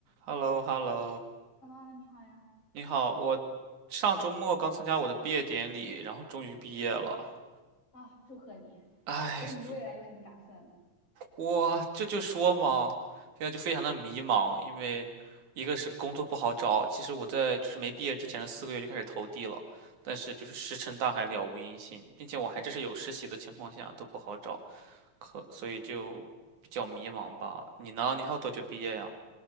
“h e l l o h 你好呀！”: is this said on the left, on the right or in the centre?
Left